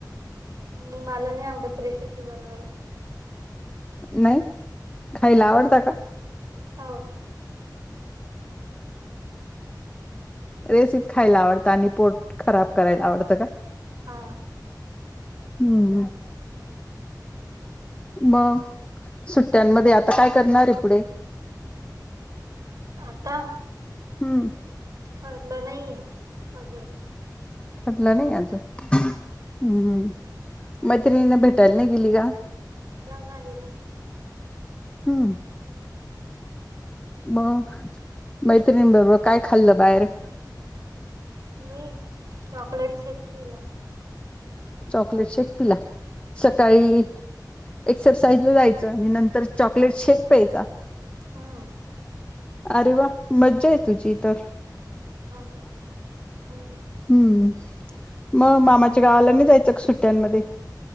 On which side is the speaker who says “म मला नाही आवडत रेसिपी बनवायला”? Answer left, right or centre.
Right